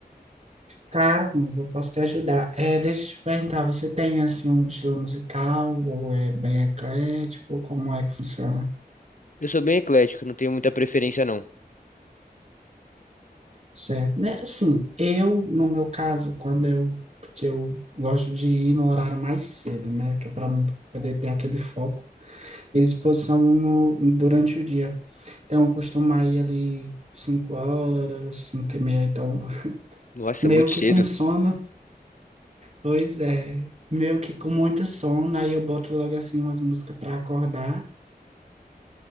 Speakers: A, on the right; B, on the left.
A: Cara, amigo, eu posso te ajudar. É, deixa eu te perguntar, você tem assim um estilo musical ou é bem eclético? Como é que funciona?
B: Eu sou bem eclético, não tenho muita preferência, não.
A: Certo, né? Assim, eu, no meu caso, quando eu, porque eu gosto de ir no horário mais cedo, né? Que é para poder ter aquele foco e disposição no, durante o dia. Então, eu costumo ir ali cinco horas, cinco e meia, então,
B: Nossa,
A: meio
B: muito
A: que
B: cedo.
A: com sono. Pois é, meio que com muito sono, aí eu boto logo assim umas músicas para acordar.